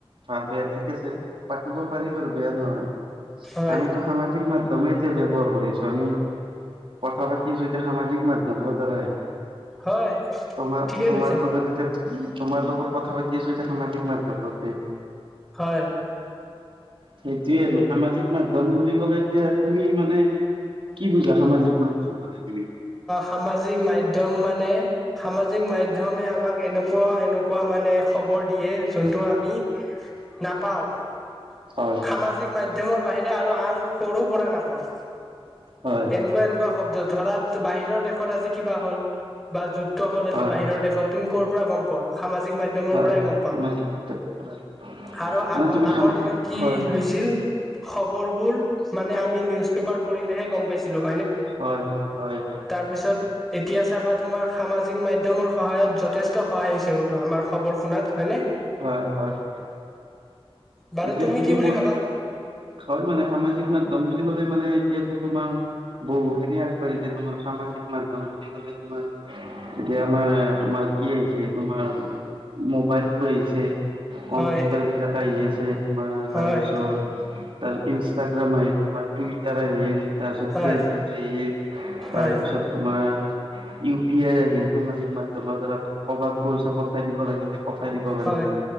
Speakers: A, on the right; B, in the centre.
A: ভাল বেয়া ঠিক আছে পাতিব পাৰিম বাৰু বেয়া নহয়।
B: হয়
A: আমিতো সামাজিক মাধ্যমে এতিয়া ব্যৱহাৰ কৰি আছোঁ। আমি কথা পাতি আছোঁ সামাজিক মাধ্যমৰ দ্বাৰাই।
B: হয়
A: তোমাৰ
B: ঠিকে
A: তোমাৰ
B: কৈছা
A: লগত এতিয়া। তোমাৰ লগত কথা পাতি আছোঁ এতিয়া সামাজিক মাধ্যমতে।
B: হয়।
A: সেইটোয়ে আৰু সামাজিক মাধ্যম বুলি কলে এতিয়া তুমি মানে। কি বুজা সামাজিক মাধ্যম মানে। তুমি
B: সামাজিক মাধ্যমত মানে সামাজিক মাধ্যম। মাধ্যমে আমাক এনেকুৱা এনেকুৱা মানে খবৰ দিয়ে যোনটো আমি। নাপাওঁ।
A: হয়
B: সামাজিক মাধ্যমৰ বাহিৰে আৰু আন কৰ পৰা নাপাওঁ।
A: হয়
B: এনেকুৱা এনেকুৱা শব্দ ধৰাত বাহিৰৰ দেশত আজি কিবা হ'ল বা যু ত হল
A: হয়
B: আজি বাহিৰৰ দেশত তুমি কৰ পৰা গম পোৱা, সামাজিক মাধ্যমৰ
A: হয়
B: পৰাই গম পাওঁ।
A: সামাজিক মাধ্যম হয়
B: আৰু
A: মানে
B: আগৰ
A: তুমি
B: আগৰ
A: সাম
B: দিনত কি
A: হয়
B: হৈছিল খবৰ বোৰ মানে আমি নিউজ পেপাৰ পঢ়িলেহে গম পাইছিলোঁ।
A: হয় হয় হয়।
B: তাৰপিছত এতিয়া চাবা তোমাৰ সামাজিক মাধ্যমত সহায়ত যথেষ্ট সহায় হৈছে কিন্তু আমাৰ খবৰ শুনাত হয়নে?
A: হয় হয়।
B: বাৰু
A: এতিয়া তুমি
B: কি বুলি
A: ক,
B: ভাবা?
A: হয় মানে সামাজিক মাধ্যম লম বুলি কলে মানে এতিয়াতো তোমাৰ বহুখিনি আগবাঢ়িছে তোমাৰ সামাজিক মাধ্যম বুলি কলে। মা, এতিয়া আমাৰ তোমাৰ কি আহিছে তোমাৰ মোবাইলতো আহিছে, কম্পিউটাৰবিলাক
B: হয়,
A: আহি আছে তোমাৰ
B: হয়,
A: তাৰপিছত তাৰ ইনষ্টাগ্ৰাম আহিল, তোমাৰ টুইটাৰ আহিল। তাৰপিছত
B: হয়,
A: ফেচবুক আহিল,
B: হয়,
A: তাৰে পিছত তোমাৰ ইউ পি আই আহিল, সামাজিক মাধ্যমৰ দ্বাৰাই কৰবাত পইচা পঠাই দিব লাগিলে। পঠাই দিব পাৰি,
B: হয়,